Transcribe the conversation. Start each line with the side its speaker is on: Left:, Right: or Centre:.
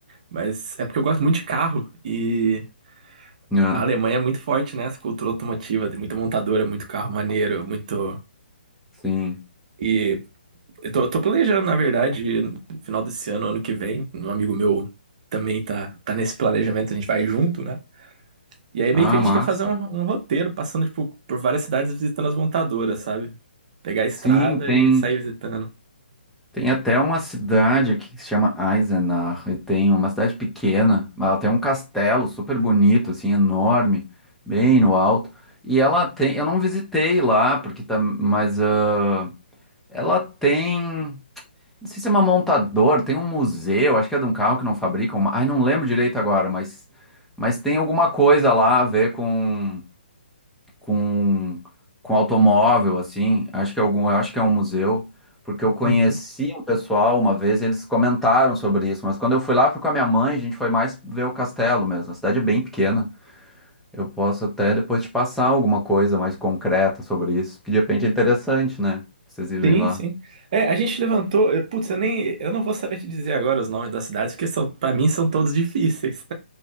Right: Mas é porque eu gosto muito de carro e
Centre: Ah,
Right: a Alemanha é muito forte nessa cultura automotiva, tem muita montadora, muito carro maneiro, muito.
Centre: sim.
Right: E eu tô, tô planejando, na verdade, no final desse ano, ano que vem, um amigo meu também tá, tá nesse planejamento, a gente vai junto, né? E aí
Centre: Ah,
Right: meio que a gente
Centre: massa.
Right: quer fazer um, um roteiro, passando, tipo, por várias cidades visitando as montadoras, sabe? Pegar a estrada
Centre: Sim, tem.
Right: e sair visitando.
Centre: Tem até uma cidade aqui que se chama Eisenach, e tem uma cidade pequena, mas ela tem um castelo super bonito, assim, enorme, bem no alto. E ela tem, eu não visitei lá, porque tá, mas ah, ela tem, não sei se é uma montadora, tem um museu, acho que é de um carro que não fabricam, ma- ai, não lembro direito agora, mas, mas tem alguma coisa lá a ver com com, com automóvel, assim. Acho que é algum, acho que é um museu, porque eu conheci
Right: Uhum.
Centre: um pessoal uma vez, eles comentaram sobre isso, mas quando eu fui lá, fui com a minha mãe, a gente foi mais ver o castelo mesmo. A cidade é bem pequena. Eu posso até depois te passar alguma coisa mais concreta sobre isso, que de repente é interessante, né? Vocês irem
Right: Sim,
Centre: lá.
Right: sim. É, a gente levantou. eu- Putz, eu nem. Eu não vou saber te dizer agora os nomes das cidades, porque são, para mim são todos difíceis.